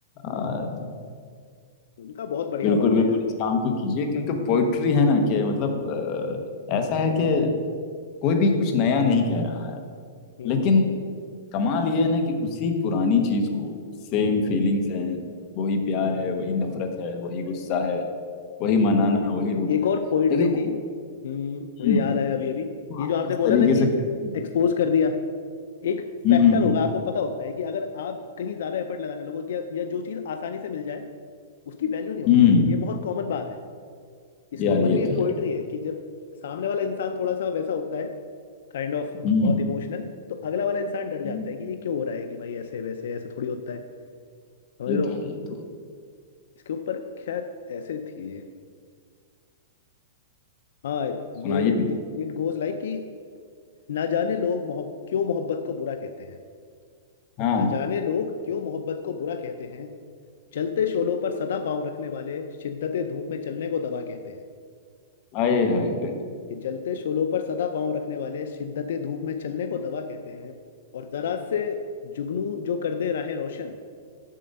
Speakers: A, on the left; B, on the left.
A: आ,
B: उनका बहुत बढ़िया
A: बिल्कुल
B: वर्क
A: बिल्कुल
B: है यार
A: इस काम को कीजिए क्योंकि पोइट्री है ना कि मतलब आ, ऐसा
B: हम्म
A: है कि कोई भी कुछ नया नहीं कह रहा है
B: हम्म
A: लेकिन
B: हम्म, हम्म।
A: कमाल ये है ना कि उसी पुरानी चीज को सेम फीलिंग्स हैं वही प्यार है वही नफरत है वही गुस्सा है वही मनाना वही रूठना
B: एक
A: है
B: और पोइट्री
A: लेकिन
B: थी हम्म हम्म, मुझे
A: हम्म,
B: याद आया अभी अभी
A: तो
B: ये
A: आप
B: जो आपने
A: किस
B: बोला
A: तरीके
B: ना
A: से
B: कि
A: कहते हैं
B: एक्सपोज कर दिया एक
A: हम्म
B: फैक्टर
A: हम्म
B: होगा
A: हम्म,
B: आपको पता होता है कि अगर आप कहीं ज्यादा एफर्ट लगाने लगोगे या, या जो चीज आसानी से मिल जाए उसकी वैल्यू नहीं होती
A: हम्म,
B: ये बहुत कॉमन बात है इसके
A: यार
B: ऊपर
A: ये
B: भी एक
A: तो
B: पोइट्री
A: है
B: है कि जब सामने वाला इंसान थोड़ा सा वैसा होता है काइंड ऑफ
A: हम्म
B: बहुत इमोशनल तो अगला वाला इंसान डर जाता
A: हम्म,
B: है कि ये क्यों हो रहा है कि भाई ऐसे वैसे ऐसे थोड़ी होता है समझ
A: ये
B: लो
A: तो है ये तो है।
B: इसके ऊपर खैर ऐसे थी हाँ
A: सुनाइए
B: ये इट गोज लाइक कि ना जाने लोग मोहब क्यों मोहब्बत को बुरा कहते हैं
A: हाँ
B: ना जाने लोग क्यों मोहब्बत को बुरा कहते हैं जलते शोलों पर सदा पाँव रखने वाले शिद्दत धूप में चलने को दवा कहते हैं
A: आए हाय हाय
B: कि जलते शोलों पर सदा पाँव रखने वाले शिद्दत धूप में चलने को दवा कहते हैं और जरा से जुगनू जो कर दे राहें रोशन